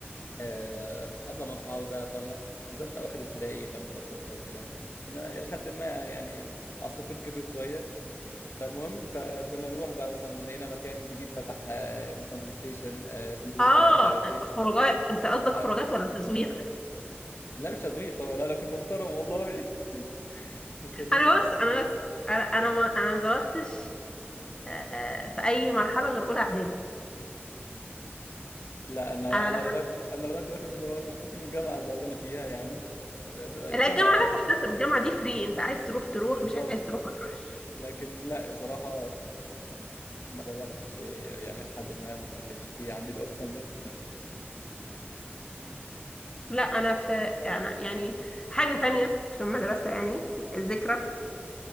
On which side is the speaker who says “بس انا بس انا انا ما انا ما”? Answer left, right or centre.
Left